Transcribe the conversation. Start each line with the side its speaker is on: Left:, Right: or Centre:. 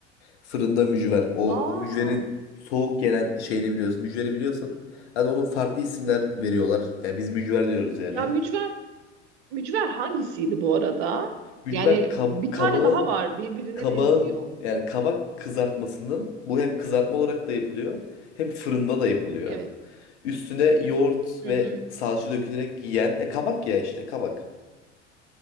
Left: Fırında mücver. O
Right: Aa.
Left: mücverin soğuk gelen şeyini biliyorsun. Mücveri biliyorsun. Hadi onun farklı isimler veriyorlar. Yani biz mücver diyoruz yani.
Right: Ya mücver mücver hangisiydi bu arada?
Left: Mücver
Right: Yani
Left: kab-
Right: bir
Left: kabağın
Right: tane daha var birbirine
Left: kabağın
Right: benziyor.
Left: yani kabak kızartmasının bu hem kızartma olarak da yapılıyor hem fırında da yapılıyor.
Right: Evet.
Left: Üstüne yoğurt
Right: Hı
Left: ve
Right: hı.
Left: salça dökülerek yiyen ya kabak ya işte kabak.